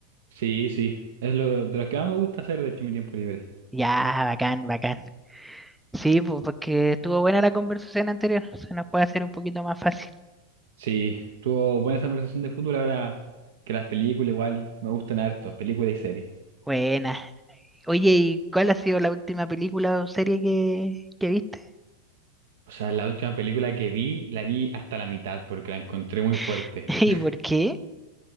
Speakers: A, on the right; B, in the centre.
A: Sí, sí, es lo de los que más me gusta hacer, de hecho, en mi tiempo libre.
B: Ya, bacán, bacán. Sí, pues porque estuvo buena la conversación anterior, se nos puede hacer un poquito más fácil.
A: Sí, tuvo buena esa conversación de fútbol, ahora que las películas igual me gustan harto, películas y series.
B: Buena. Oye, ¿y cuál ha sido la última película o serie que, que viste?
A: O sea, la última película que vi, la vi hasta la mitad porque la encontré muy fuerte.
B: <laughs> ¿Y por qué?